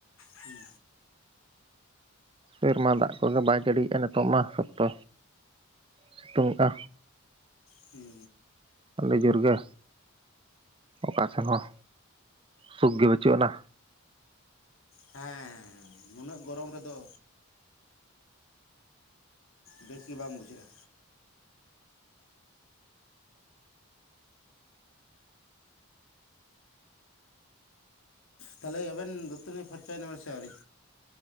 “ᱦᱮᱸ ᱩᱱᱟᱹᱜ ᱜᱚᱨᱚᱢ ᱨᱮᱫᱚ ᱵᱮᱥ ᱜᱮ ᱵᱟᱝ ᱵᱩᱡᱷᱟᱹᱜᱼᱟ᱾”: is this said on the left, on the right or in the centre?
Left